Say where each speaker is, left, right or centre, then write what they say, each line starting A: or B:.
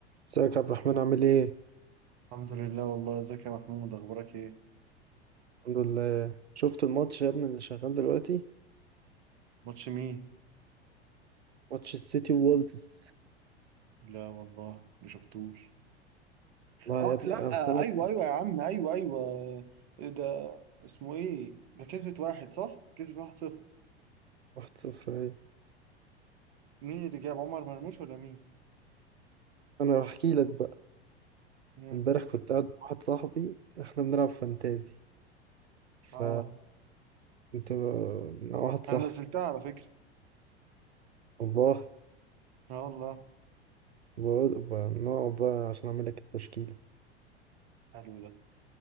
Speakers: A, on the right; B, on the right.
A: ازيك يا عبد الرحمن عامل ايه؟
B: الحمد لله والله ازيك يا محمود اخبارك ايه
A: الحمد لله شفت الماتش يا ابني اللي شغال دلوقتي
B: ماتش مين
A: ماتش السيتي وولفز
B: لا والله ما شفتوش اه
A: والله يا ابني
B: لا
A: اصل
B: آه
A: انا
B: ايوه ايوه يا عم ايوه ايوه إيه ده اسمه ايه ده كسبت واحد صح كسبت واحد صفر
A: واحد صفر ايه
B: مين اللي جاب عمر مرموش ولا مين
A: انا بحكي لك بقى
B: مم.
A: امبارح كنت قاعد مع واحد صاحبي احنا بنلعب فانتازي ف
B: اه
A: كنت ب- مع واحد صاحبي
B: انا نزلتها على فكرة
A: والله
B: اه والله
A: بقول ب- نقعد بقى عشان اعمل لك التشكيلة
B: حلو ده